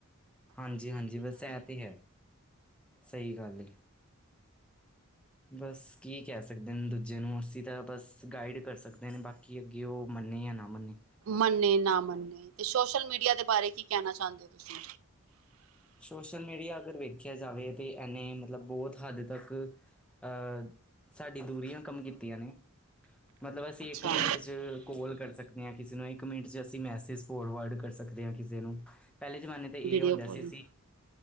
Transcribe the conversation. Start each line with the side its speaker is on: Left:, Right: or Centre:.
Centre: ਹਾਂਜੀ-ਹਾਂਜੀ, ਬਸ ਐ ਤੇ ਹੈ। ਸਈ ਗੱਲ ਬਸ ਕੀ ਕਹਿ ਸਕਦੇ ਨੇ ਦੂਜੇ ਨੂੰ ਅਸੀਂ ਤਾਂ ਬਸ ਗਾਈਡ ਕਰ ਸਕਦੇ ਨੇ ਬਾਕੀ ਅੱਗੇ ਉਹ ਮੰਨੇ ਜਾਂ ਨਾ ਮੰਨੇ
Right: ਮੰਨੇ ਨਾ ਮੰਨੇ ਤੇ ਸੋਸ਼ਲ ਮੀਡੀਆ ਦੇ ਬਾਰੇ ਕੀ ਕਹਿਣਾ ਚਾਹੁੰਦੇ ਹੋ ਤੁਸੀਂ?
Centre: ਸੋਸ਼ਲ ਮੀਡੀਆ ਅਗਰ ਵੇਖਿਆ ਜਾਵੇ ਤੇ ਐਨੇ ਮਤਲਬ ਬਹੁਤ ਹੱਦ ਤੱਕ। ਆ ਸਾਡੀ ਦੂਰੀਆਂ ਕੰਮ ਕੀਤੀਆਂ ਨੇ। ਮਤਲਬ ਅਸੀਂ
Right: ਅੱਛਾ
Centre: ਇੱਕ ਮਿੰਟ ਚ ਕੋਲ ਕਰ ਸਕਦੇ ਹਾਂ। ਕਿਸੇ ਨੂੰ ਇੱਕ ਮਿੰਟ ਚ ਅਸੀਂ ਮੈਸੇਜ ਫੋਰਵਰਡ ਕਰ ਸਕਦੇ ਆ ਕਿਸੇ ਨੂੰ ਪਹਿਲੇ ਜਮਾਨੇ ਤੇ
Right: ਵੀਡੀਓ
Centre: ਇਹ ਹੁੰਦਾ
Right: ਕਾਲਿੰਗ
Centre: ਸੀ।